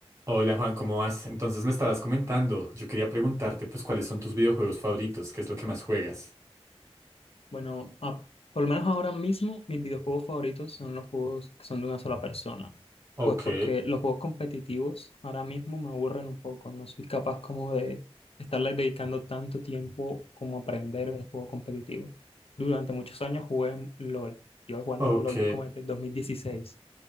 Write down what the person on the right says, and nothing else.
Hola Juan, ¿cómo vas? Entonces me estabas comentando, yo quería preguntarte pues cuáles son tus videojuegos favoritos, qué es lo que más juegas.
Ok,
Ok,